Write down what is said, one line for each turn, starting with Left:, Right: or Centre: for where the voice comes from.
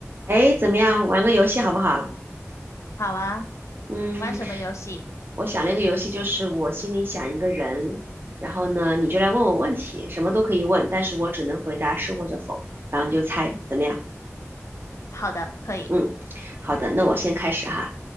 Right: 哎，怎么样？玩个游戏好不好？
Left: 好啊，
Right: 嗯，
Left: 玩什么游戏？
Right: 我想了一个游戏，就是我心里想一个人，然后呢，你就来问我问题，什么都可以问，但是我只能回答是或者否，然后你就猜，怎么样？
Left: 好的，可以。
Right: 嗯，好的，那我先开始哈。